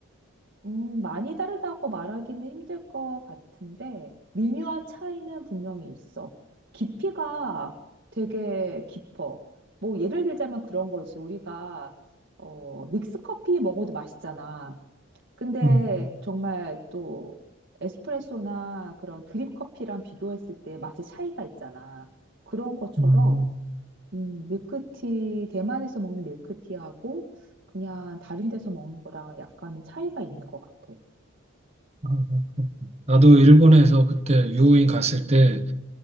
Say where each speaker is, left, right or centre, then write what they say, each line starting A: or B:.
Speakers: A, on the right; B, on the right.
A: 음, 많이 다르다고 말하기는 힘들 것 같은데 미묘한 차이는 분명히 있어. 깊이가 되게 깊어. 뭐 예를 들자면 그런 거지. 우리가 어, 믹스 커피 먹어도 맛있잖아. 근데
B: 응,
A: 정말 또 에스프레소나 그런 드립 커피랑 비교했을 때 맛의 차이가 있잖아. 그런 것처럼
B: 음. 음.
A: 음, 밀크티 대만에서 먹는 밀크티하고 그냥 다른 데서 먹는 거랑 약간 차이가 있는 것 같아.
B: 아, 나도 일본에서 그때 유호인 갔을 때